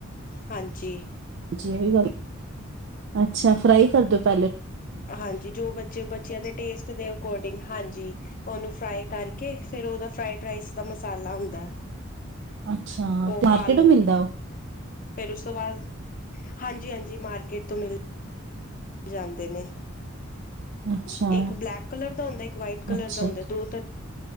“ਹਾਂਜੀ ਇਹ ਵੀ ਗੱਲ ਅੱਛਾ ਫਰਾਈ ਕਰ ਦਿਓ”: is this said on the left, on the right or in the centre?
Right